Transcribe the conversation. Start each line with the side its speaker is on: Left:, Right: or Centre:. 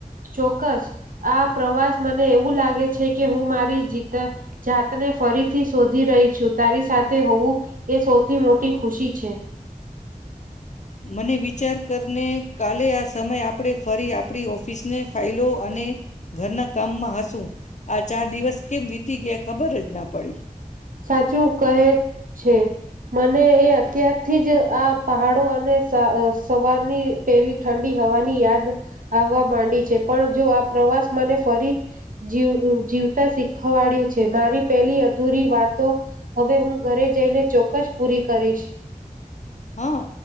Right: ચોક્કસ. આ પ્રવાસ મને એવું લાગે છે કે હું મારી જીતા જાતને ફરીથી શોધી રહી છું. તારી સાથે હોવું એ સૌથી મોટી ખુશી છે.
Left: મને વિચાર કર ને કાલે આ સમય આપડે ફરી આપડી ઓફિસને ફાઈલો અને ઘરના કામમાં હશું. આ ચાર દિવસ કેમ વિત તી ગ્યા ખબર જ ના પડી.
Right: સાચું કહે છે. મને એ અત્યારથી જ આ પહાડો અને સા અ સવારની પેહલી ઠંડી હવાની યાદ આવવા માંડી છે. પણ જો આ પ્રવાસ મને ફરી જીવ જીવતા શીખવાડ્યું છે. મારી પેહલી અધૂરી વાત તો હવે હું ઘરે જઈને ચોક્કસ પૂરી કરીશ.
Left: હા,